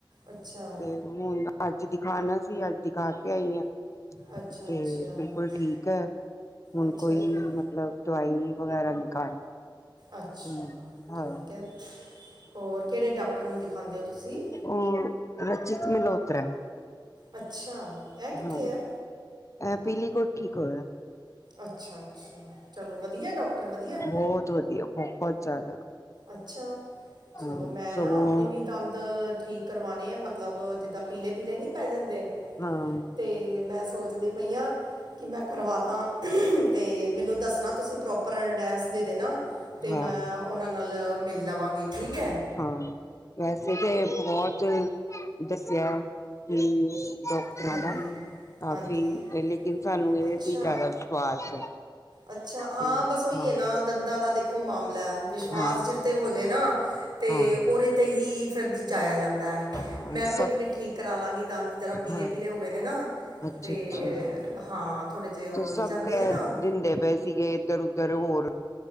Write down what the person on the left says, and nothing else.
ਤੇ ਹੁਣ ਅੱਜ ਦਿਖਾਣਾ ਸੀ ਅੱਜ ਦਿਖਾ ਕੇ ਆਈ ਆ
ਤੇ
ਬਿਲਕੁਲ ਠੀਕ ਹੈ ਹੁਣ
ਕੋਈ
ਮਤਲਬ ਦਵਾਈ ਵਗੈਰਾ ਨਹੀਂ ਖਾਣੀ
ਹਾਂ ਹਾਂ
ਉਹ ਰਚਿਤ ਮਲਹੋਤਰਾ
ਹਾਂ
ਇਹ ਬਿਲਕੁਲ ਠੀਕ ਹੋਇਆ
ਬਹੁਤ ਵਧੀਆ। ਬਹੁਤ ਜ਼ਿਆਦਾ
ਹਾਂ
ਸਗੋਂ
ਹਾਂ
ਹਾਂ
ਹਾਂ, ਵੈਸੇ ਤੇ ਬਹੁਤ ਦੱਸਿਆ। ਹਮ ਡਾਕਟਰਾਂ
ਦਾ ਕਾਫੀ
ਪਹਿਲੇ ਕੀ ਸਾਨੂੰ ਇਹਦੇ
ਤੇ ਜ਼ਿਆਦਾ ਵਿਸ਼ਵਾਸ ਹੈ।
ਤੇ
ਹਾਂ
ਹਾਂ
ਹਾਂ
ਹਾਂ
ਸਭ
ਹਾਂ
ਅੱਛਾ
ਅੱਛਾ
ਸਭ
ਕਹਿ
ਦਿੰਦੇ ਪਏ ਸੀਗੇ ਇੱਧਰ ਉੱਧਰ ਹੋਰ